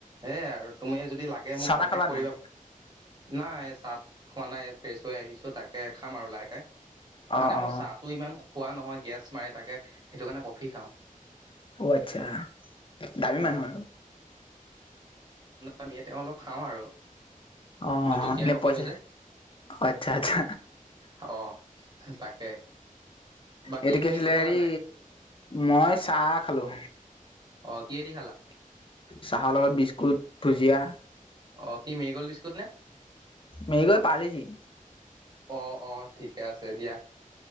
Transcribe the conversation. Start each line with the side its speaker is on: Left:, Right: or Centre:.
Right: এই আৰু তুমি যদি লাগে মোক
Left: চাহ
Right: কন্টেক্ট
Left: তাহ খালা
Right: কৰিবা।
Left: নাই
Right: নাই চাহ খোৱা নাই ফ্ৰেছ হৈ আহিছো তাকে খাম আৰু লাহেকে।
Left: অ
Right: মানে
Left: অ
Right: মই চাহটো ইমান খোৱা নহয় গেছ মাৰে তাকে সেইটো কাৰণে কফি খাওঁ।
Left: অ আচ্ছা, দামী
Right: অ
Left: মানুহ আৰু।
Right: আমি তেওঁ অলপ খাওঁ আৰু
Left: অ
Right: দুটকীয়া
Left: এনে
Right: কফিটো
Left: পইচা
Right: যে
Left: আচ্ছা আচ্ছা।
Right: অ তাকে। বাকী
Left: এইটো
Right: তুমি
Left: কি আছিলে
Right: কিবা খালা
Left: হেৰি
Right: নাই
Left: মই চাহ খালোঁ।
Right: অ কিহেদি খালা?
Left: চাহৰ লগত বিস্কুট ভুজিয়া।
Right: অ কি মেৰিগ'ল্ড বিস্কুট নে
Left: মেৰিগ'ল্ড, পাৰলেজি
Right: অ অ ঠিকে আছে দিয়া।